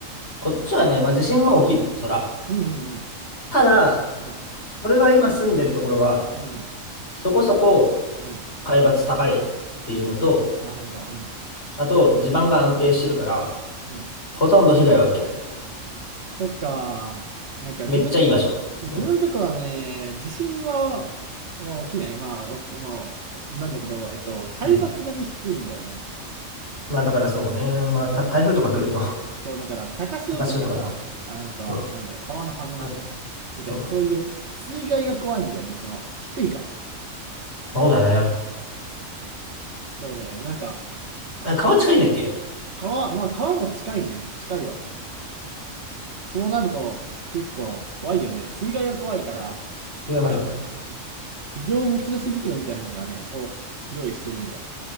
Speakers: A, on the left; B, on the right.
A: こっちはね、まあ地震は起きる。そら。
B: うんうん
A: ただ、
B: うん。うん、
A: 俺が今住んでるところは、
B: うん、
A: そこそこ
B: うん。
A: 海抜高いっていうのと、
B: うんなるほど。うん、
A: あと地盤が安定してるから、
B: うん。
A: ほとんど被害は受けない。
B: そっか。なんか自分、
A: めっちゃいい場所。
B: 自分のとこはね、
A: うん。
B: 地震は、まあ、起きない。まあ、おまあ、なんだけど、えっと、海抜がね、
A: うん。
B: 低いんだよね。
A: まあだからそうね。まあた台風とか来ると、
B: そう、だから、高潮とかさ、
A: <laughs> 高潮とかでも。
B: あのとは、
A: うん。
B: なんだろう、川の氾濫とか、
A: お、
B: みたいな、
A: そう。
B: そういう水害が怖いんだよね、その、低いからさ。
A: そうだね。
B: そうね、なんか、
A: あ、川近いんだっけ
B: 川、まあ、川も近いね、近いわ。そうなると、結構怖いよね。水害が怖いから、
A: それはマジ怖い
B: なんか、非常持ち出し袋みたいなのがね、を用意してるんよ。